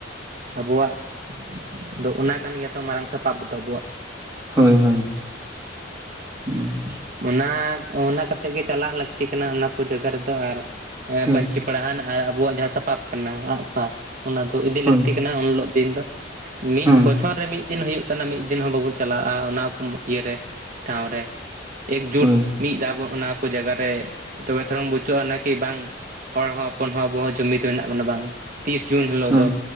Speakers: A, on the right; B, on the right.
A: ᱟᱸᱵᱚᱣᱟᱜ ᱫᱚ ᱚᱱᱟ ᱠᱟᱱ ᱜᱮᱭᱟ ᱛᱚ ᱢᱟᱨᱟᱝ ᱥᱟᱯᱟᱵ ᱫᱚ ᱟᱸᱵᱚᱣᱟᱜ᱾
B: ᱦᱳᱭ ᱦᱳᱭ ᱦᱩᱸ
A: ᱚᱱᱟ ᱚᱱᱟ ᱠᱟᱛᱮᱜ ᱜᱮ ᱪᱟᱞᱟᱜ ᱞᱟᱹᱠᱛᱤ ᱠᱟᱱᱟ ᱚᱱᱟ ᱠᱚ ᱡᱟᱭᱜᱟ ᱨᱮᱫᱚ ᱟᱨ
B: ᱦᱳᱭ
A: ᱯᱟᱹᱧᱪᱤ ᱯᱟᱲᱦᱟᱱᱼᱼ ᱟᱨ ᱟᱵᱚᱣᱟᱼᱜ ᱡᱟᱦᱟᱸ ᱥᱟᱯᱟᱵ ᱠᱟᱱᱟ ᱟᱸᱜᱼᱥᱟᱨ ᱚᱱᱟ ᱫᱚ ᱤᱫᱤ
B: ᱦᱳᱭ
A: ᱞᱟᱹᱠᱛᱤ ᱠᱟᱱᱟ ᱩᱱᱦᱤᱞᱳᱼᱜ ᱫᱤᱱ ᱫᱚ᱾ ᱢᱤᱜ
B: ᱦᱮᱸ
A: ᱵᱚᱪᱷᱚᱨ ᱨᱮ ᱢᱤᱜ ᱫᱤᱱ ᱦᱩᱭᱩᱜᱼᱼ ᱠᱟᱱᱟ ᱢᱤᱜ ᱫᱤᱱ ᱦᱚᱸ ᱵᱟᱵᱚᱱ ᱪᱟᱞᱟᱜᱼᱟ ᱚᱱᱟ ᱠᱚ ᱤᱭᱟᱹᱨᱮ ᱴᱷᱟᱶ ᱨᱮ᱾ ᱮᱠᱡᱩᱴ
B: ᱦᱳᱭ
A: ᱢᱤᱜ ᱫᱟᱵᱚᱱ ᱚᱱᱟ ᱠᱚ ᱡᱟᱜᱟ ᱨᱮ ᱛᱚᱵᱮ ᱛᱷᱚᱨᱚᱝ ᱵᱩᱪᱚᱜᱼᱟ ᱱᱟᱠᱤ ᱵᱟᱝ᱾ ᱦᱚᱲ ᱦᱚᱸ ᱦᱚᱯᱚᱱ ᱦᱚᱸ ᱟᱵᱚ ᱦᱚᱸ ᱡᱩᱢᱤᱫ ᱢᱮᱱᱟᱜ ᱵᱚᱱᱟ ᱵᱟᱝ, ᱛᱤᱥ ᱡᱩᱱ ᱦᱤᱞᱳᱜ
B: ᱦᱮᱸ
A: ᱫᱚ